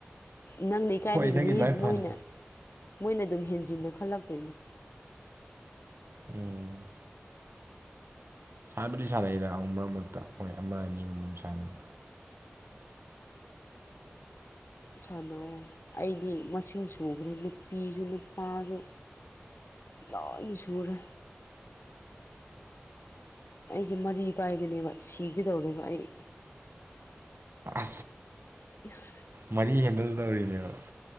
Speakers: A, on the left; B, on the right.
A: ꯅꯪꯅ ꯏꯀꯥꯏꯕꯒꯤꯅꯤ
B: ꯍꯣꯏ ꯅꯪꯒꯤ ꯑꯗꯨꯃꯥꯏꯅ
A: ꯃꯣꯏꯅ
B: ꯐꯅꯤ
A: ꯃꯣꯏꯅ ꯑꯗꯨꯝ ꯍꯦꯟꯖꯤꯟꯅ ꯈꯜꯂꯛꯇꯣꯏꯅꯤ
B: ꯎꯝ ꯁꯥꯟꯅꯕꯗꯤ ꯁꯥꯟꯅꯩꯗ ꯑꯃꯨꯛ ꯃꯔꯛ ꯃꯔꯛꯇ ꯃꯣꯏ ꯑꯃ ꯑꯅꯤꯒꯨꯝꯕ ꯑꯃ ꯁꯥꯟꯅꯩ
A: ꯁꯥꯟꯅꯧ ꯑꯩꯗꯤ ꯃꯁꯤꯡ ꯁꯨꯈ꯭ꯔꯦ ꯅꯨꯄꯤꯁꯨ ꯅꯨꯄꯥꯁꯨ ꯂꯣꯏꯅꯤ ꯁꯨꯔꯦ ꯑꯩꯁꯦ ꯃꯔꯤ ꯄꯥꯏꯕꯅꯦꯕ ꯁꯤꯒꯗꯧꯔꯦꯕ ꯑꯩ
B: ꯑ
A: <unintelligible>
B: ꯃꯔꯤ ꯍꯦꯟꯗꯜ ꯇꯧꯔꯤꯅꯦꯕ